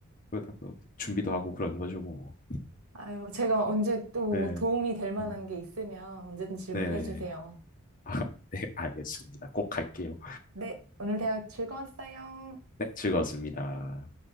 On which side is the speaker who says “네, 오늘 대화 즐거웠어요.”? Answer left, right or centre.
Right